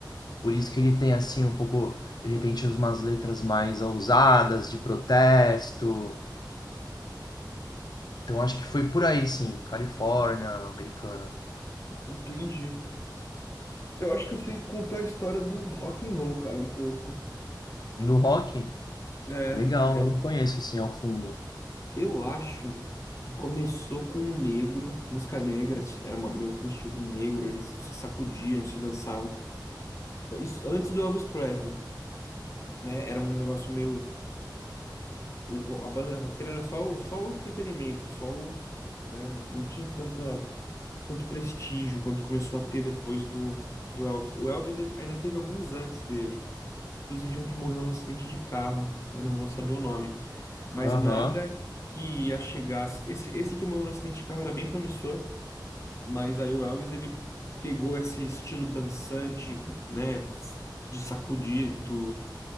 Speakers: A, on the left; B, on the left.
A: Por isso que ele tem, assim, um pouco, de repente, umas letras mais ousadas, de protesto. Então acho que foi por aí, sim. Califórnia, americana.
B: Entendi. Eu acho que eu sei contar a história do rock and roll, cara, um pouco.
A: No rock,
B: É,
A: legal,
B: eu,
A: eu não conheço, assim, ao fundo.
B: eu acho que começou com um negro, música negra, era uma- meio que um estilo negro, eles se sacudiam, se dançavam. Isso antes do Elvis Presley, né? Era um negócio meio. o ro- a banda roqueira era só, só o entretenimento, só o. né, Não tinha tanta, tanto prestígio quanto começou a ter depois do, do Elvis. O Elvis ele ainda teve alguns antes dele, inclusive um que morreu num acidente de carro, eu não vou saber o nome, mas
A: Aham.
B: nada que ia chegar. Esse, esse que morreu num acidente de carro era bem promissor, mas aí o Elvis ele pegou esse estilo dançante, né? De sacudir do